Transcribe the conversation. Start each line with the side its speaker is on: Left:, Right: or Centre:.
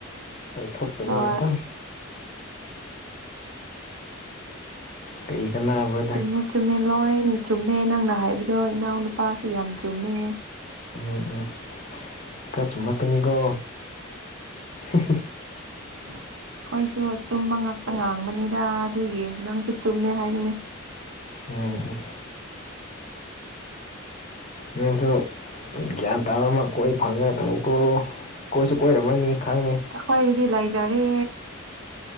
Left: ꯊꯣꯛꯇꯕ
Right: ꯍꯣꯏ
Left: ꯉꯥꯄꯪ ꯀꯩ ꯀꯥꯟꯅꯕ꯭ꯔꯗ
Right: ꯆꯨꯝꯃꯨ ꯆꯨꯝꯃꯦ ꯂꯣꯏ ꯆꯨꯝꯃꯦ ꯅꯪꯅ ꯍꯥꯏꯕꯗꯣ ꯏꯅꯥꯎꯅꯨꯄꯥꯁꯤ ꯌꯥꯝ ꯆꯨꯝꯃꯦ
Left: ꯎꯝ ꯎꯝ ꯈꯔ ꯆꯨꯝꯃꯛ ꯀꯅꯤꯀꯣ ꯍꯪꯍꯪ
Right: <inaudible> ꯑꯩꯁꯨ ꯑꯆꯨꯝꯕ ꯉꯥꯛꯇ ꯉꯥꯡꯕꯅꯤꯗ ꯑꯗꯨꯒꯤ ꯅꯪꯁꯨ ꯆꯨꯝꯃꯦ ꯍꯥꯏꯕꯅꯦ
Left: ꯎꯝ ꯅꯪꯁꯨ ꯒ꯭ꯌꯥꯟ ꯇꯥꯕ ꯑꯃ ꯀꯣꯏ ꯐꯪꯉꯥꯏ ꯇꯧꯀꯣ ꯀꯣꯏꯁꯨ ꯀꯣꯏꯔꯝꯃꯅꯤ ꯈꯪꯉꯦ
Right: ꯑꯈꯣꯏꯒꯤꯗꯤ ꯂꯩꯖꯔꯦ